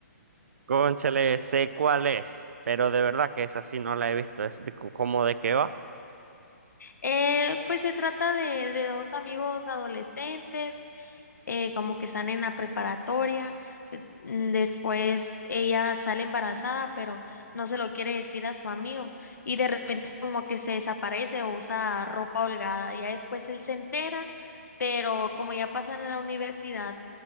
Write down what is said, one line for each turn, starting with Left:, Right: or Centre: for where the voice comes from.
Right: Cónchale, sé cuál es, pero de verdad que esa sí no la he visto. Es de, como de qué va.
Left: Eh, pues se trata de, de dos amigos adolescentes, eh, como que están en la preparatoria. pues, mm, Después ella sale embarazada, pero no se lo quiere decir a su amigo y de repente como que se desaparece o usa ropa holgada. Ya después él se entera, pero como ya pasan a la universidad,